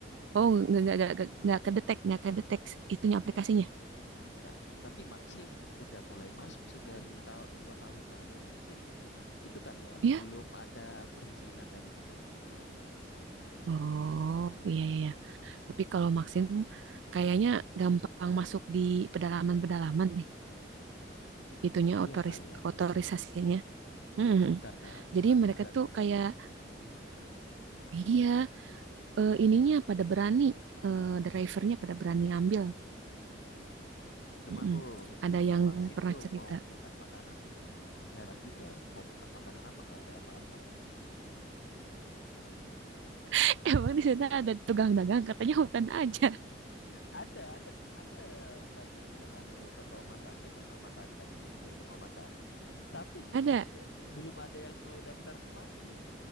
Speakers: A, on the right; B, on the left.
A: oh nggak nggak nggak nggak nggak kedetek nggak kedetek itunya aplikasinya
B: Enggak. Tapi Maxim udah mulai masuk sih dari ta- dua tahun lalu. Mungkin itu kali ya,
A: ya
B: belum ada perizinan dari pemerintah.
A: Oh, iya, iya, iya. Tapi kalau Maxim kayaknya gampang masuk di pedalaman-pedalaman deh. Itunya
B: Iya
A: otoris
B: kali ya.
A: otorisasinya. Hmm.
B: Mungkin karena murah
A: Jadi mereka
B: juga
A: tuh
B: kali
A: kayak,
B: ya.
A: iya, eh, ininya pada berani, eh, drivernya pada berani ngambil.
B: Cuma
A: Mm-mm.
B: aku
A: Ada
B: buka
A: yang
B: Maxim
A: pernah
B: tuh
A: cerita.
B: mau pesan makanan heran juga. Mau pesan makanan apa nggak ada apa-apa.
A: <laughs> Emang di sana ada tukang dagang, katanya hutan aja.
B: Ada, ada, ada banyak tuh anu toko masakan, rumah masakan gitu, rumah makanan. Tapi
A: Ada.
B: eh, belum ada yang mau daftar ke Maxim.